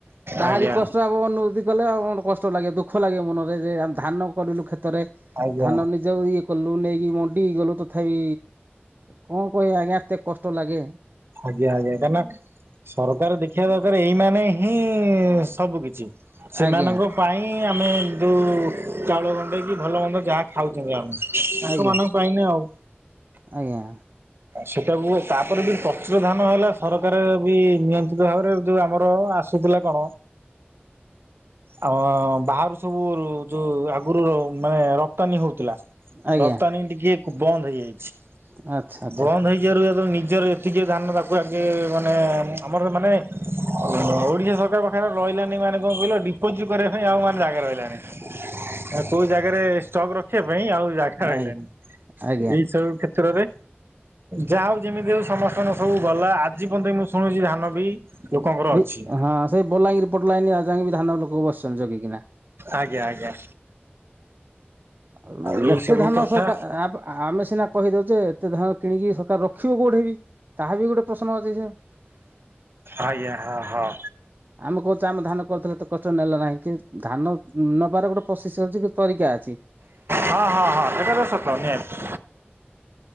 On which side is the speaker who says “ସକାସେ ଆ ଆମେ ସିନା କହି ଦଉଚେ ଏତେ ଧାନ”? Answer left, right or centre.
Right